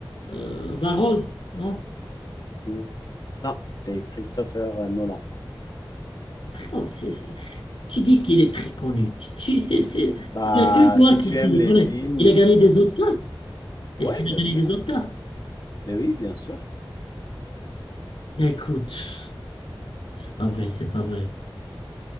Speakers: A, on the left; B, on the left.
A: euh, Varol, non?
B: Hmm, Non, c'était Christopher euh, Nolan.
A: Frérot, c'est- c'est- Tu dis qu'il est très connu. Tu, tu- c'est, c'est-
B: Bah,
A: il n'y a que toi
B: si
A: qui,
B: tu
A: qui
B: aimes
A: le
B: les
A: connais.
B: films,
A: Il a gagné des Oscars.
B: ouais,
A: Est-ce qu'il
B: bien
A: a gagné
B: sûr.
A: des Oscars?
B: Ben oui, bien sûr.
A: Écoute, c'est pas vrai, c'est pas vrai.